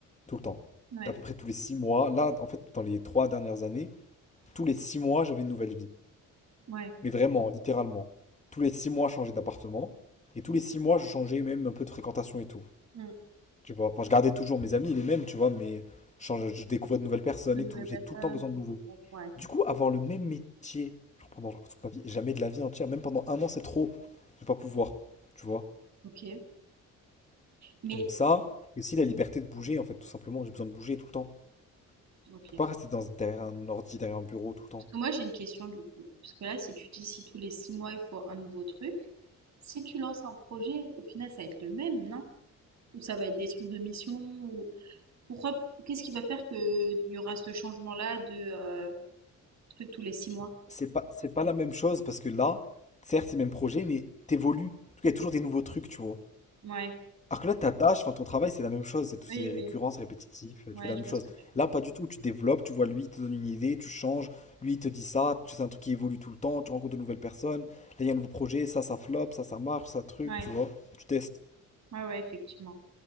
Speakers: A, on the left; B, on the right.
A: tout le temps.
B: Ouais,
A: À peu près tous les six mois. Là, en fait, dans les trois dernières années, tous les six mois, j'avais une nouvelle vie.
B: ouais.
A: Mais vraiment, littéralement. Tous les six mois, je changeais d'appartement. Et tous les six mois, je changeais même un peu de fréquentation et tout.
B: Hmm.
A: Tu vois, enfin, je gardais toujours mes amis, les mêmes, tu vois, mais je, change- je découvrais de nouvelles personnes
B: De nouvelles
A: et tout. J'ai
B: personnes,
A: tout le temps besoin
B: de nouveaux
A: de nouveaux.
B: groupes, ouais.
A: Du coup, avoir le même métier, genre pendant genre toute ma vie, jamais de la vie entière, même pendant un an, c'est trop. Je vais pas pouvoir, tu vois.
B: Ok, mais
A: Donc ça, et aussi la liberté de bouger, en fait, tout simplement. J'ai besoin de bouger tout le temps.
B: ok.
A: Je peux pas rester dans, derrière un ordi, derrière un bureau tout le temps.
B: Parce que moi j'ai une question du coup. Parce que là, si tu dis si tous les six mois il faut un nouveau truc, si tu lances un projet, au final ça va être le même, non? Ou ça va être des trucs de mission ou Pourquoi, qu'est-ce qui va faire qu'il y aura ce changement-là de euh, truc tous les six mois?
A: C'est pas, c'est pas la même chose parce que là, certes, c'est le même projet, mais t'évolues. En tout cas, il y a toujours des nouveaux trucs, tu vois.
B: Ouais,
A: Alors que là, ta tâche, enfin ton travail, c'est la même chose, c'est tout,
B: oui,
A: c'est récurrent,
B: oui,
A: c'est répétitif, euh,
B: ouais,
A: tu fais la
B: je
A: même
B: vois
A: chose.
B: ce que tu veux dire.
A: Là, pas du tout, tu développes, tu vois, lui, il te donne une idée, tu changes, lui, il te dit ça, tu- c'est un truc qui évolue tout le temps, tu rencontres de nouvelles personnes, là, il y a un nouveau projet, ça, ça flop, ça, ça marche, ça truc,
B: Ouais,
A: tu vois. Tu testes,
B: ouais, ouais, effectivement.